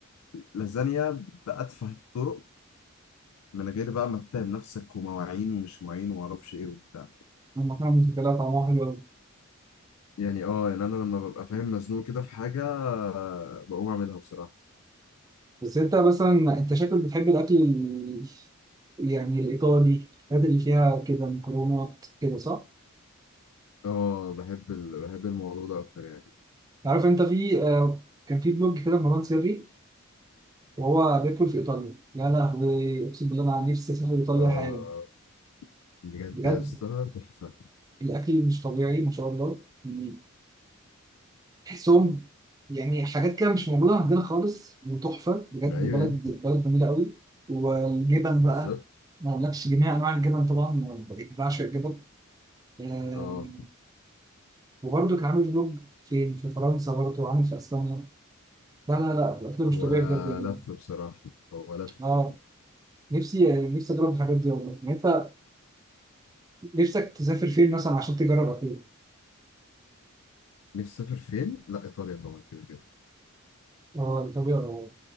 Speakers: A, on the left (about 85°); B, on the right (about 15°).
A: لازانيا بأتفه الطرق من غير بقى ما تتعب نفسك ومواعين ومش مواعين ومعرفش ايه وبتاع
B: انا فاهم الفكره طعمها حلو قوي
A: يعني اه يعني انا لما ببقى فاهم مزنوق كده في حاجه آه، بقوم اعملها بصراحه
B: بس انت مثلا انت شكلك بتحب الاكل ال- يعني الايطالي الحاجات اللي فيها كده مكرونات كده صح؟
A: اه بحب ال... بحب الموضوع ده اكتر يعني
B: عارف انت في آه كان في بلوج كده مروان سري وهو بياكل في ايطاليا يا لهوي اقسم بالله انا نفسي اسافر ايطاليا
A: اه
B: حالا
A: بجد
B: بجد
A: يا اسطى تحفه
B: الاكل مش طبيعي ما شاء الله يعني تحسهم يعني حاجات كده مش موجودة عندنا خالص وتحفة بجد
A: ايوه
B: بلد
A: يعني
B: بلد جميلة قوي والجبن بقى
A: بالظبط
B: ما أقولكش جميع أنواع الجبن طبعا أنا بعشق الجبن آه،
A: اه
B: وبرضه كان عامل فلوج فين في فرنسا برضه عامل في أسبانيا لا لا لا الأكل مش
A: هو
B: طبيعي بجد يعني
A: لف بصراحة هو لف
B: أه نفسي نفسي أجرب الحاجات دي والله يعني أنت نفسك تسافر فين مثلا عشان تجرب أكل؟
A: نفسي اسافر فين؟ لا ايطاليا طبعا كده كده
B: أه طبيعي آه،